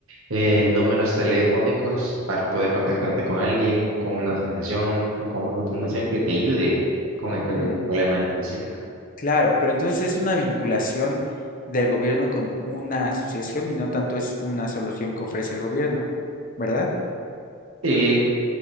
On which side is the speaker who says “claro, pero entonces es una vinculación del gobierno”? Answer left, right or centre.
Left